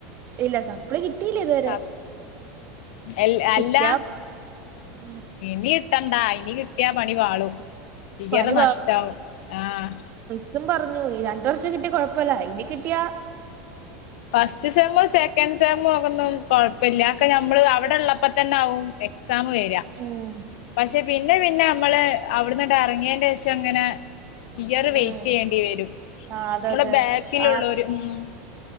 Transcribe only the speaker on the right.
ഇല്ല സപ്ളി കിട്ടീല ഇതുവരെ
കിട്ട്യാ ഉം
പണി
ഇതും പർഞ്ഞു ഈ രണ്ടു വർഷം കിട്ടിയ കൊയ്പ്പല്ല ഇനി കിട്ട്യാ?
ഉം
ഉം
ഉം
ആഹ്
അതെ അതെ
ആഹ്